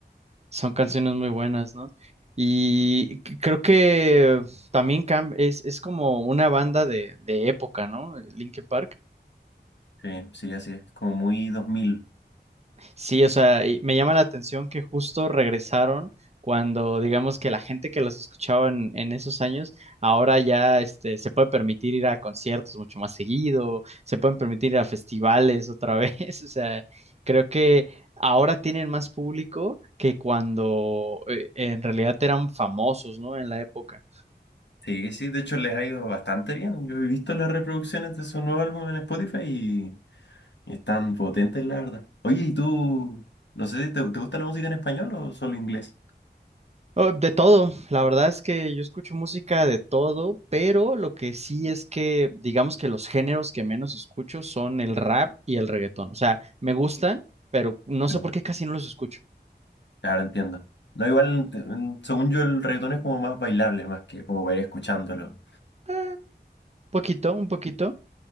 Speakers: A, on the right; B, on the left.
A: Son canciones muy buenas, ¿no? Y c- creo que también cam- es, es como una banda de, de época, ¿no? Linkin Park.
B: sí, sí, así es. Como muy dos mil
A: Sí, o sea, y me llama la atención que justo regresaron cuando, digamos que la gente que los escuchaba en, en esos años, ahora ya este, se puede permitir ir a conciertos mucho más seguido, se pueden permitir ir a festivales otra <laughs> vez, o sea, creo que ahora tienen más público que cuando eh, en realidad eran famosos, ¿no? En la época.
B: Sí, sí, de hecho les ha ido bastante bien. Yo he visto las reproducciones de su nuevo álbum en Spotify y, y están potentes, la verdad. Oye, ¿y tú? No sé, ¿te, te gusta la música en español o solo inglés?
A: Oh, De todo, la verdad es que yo escucho música de todo, pero lo que sí es que digamos que los géneros que menos escucho son el rap y el reggaetón. O sea, me gustan, pero no
B: Claro,
A: sé por qué casi no los escucho.
B: Claro, entiendo. No, igual, te- en- según yo, el reggaetón es como más bailable, más que como para ir escuchándolo.
A: Eh, poquito, un poquito.